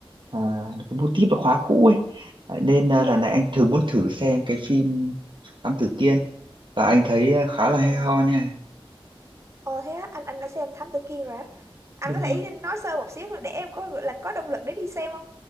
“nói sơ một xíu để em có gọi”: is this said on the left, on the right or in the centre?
Right